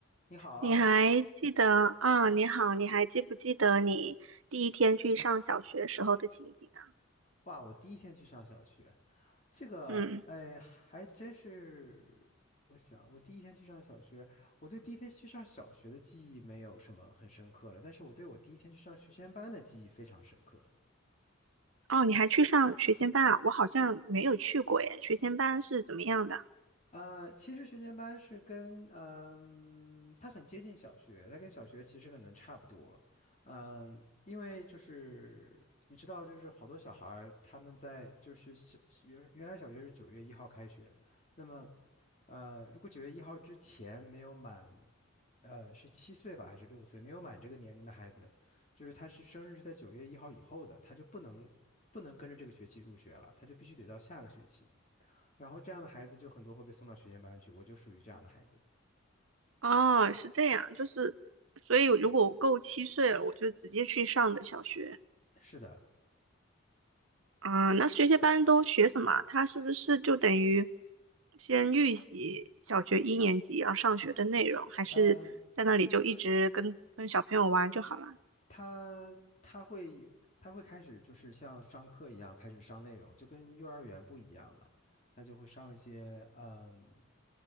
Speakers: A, on the left; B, on the right.
A: 你好啊，
B: 你还记得啊？你好，你还记不记得你第一天去上小学时候的情景啊？
A: 哇！我第一天去上小学，这个，
B: 嗯，
A: 哎，还真是。我想，我第一天去上小学，我对第一天去上小学的记忆没有什么很深刻了，但是我对我第一天去上学前班的记忆非常深刻。
B: 哦，你还去上学前班啊？我好像没有去过耶。学前班是怎么样的？
A: 呃，其实学前班是跟，嗯、它很接近小学，它跟小学其实可能差不多。嗯，因为就是你知道，就是好多小孩儿他们在就是学小原原来小学是九月一号开学，那么。呃，如果九月一号之前没有满，呃，是七岁吧，还是六岁，没有满这个年龄的孩子，就是他是生日是在九月一号以后的，他就不能不能跟着这个学期入学了，他就必须得到下个学期。然后这样的孩子就很多会被送到学前班去，我就属于这样的孩子。
B: 哦，是这样，就是，所以如果我够七岁了，我就直接去上的小学。
A: 是的，
B: 啊，那学前班都学什么啊？它是不是就等于先预习小学一年级要上学的内容，还是在那里就一直跟跟小朋友玩就好了？
A: 呃，他他会有他会开始就是像上课一样开始上内容，就跟幼儿园不一样了。他就会上一些，嗯，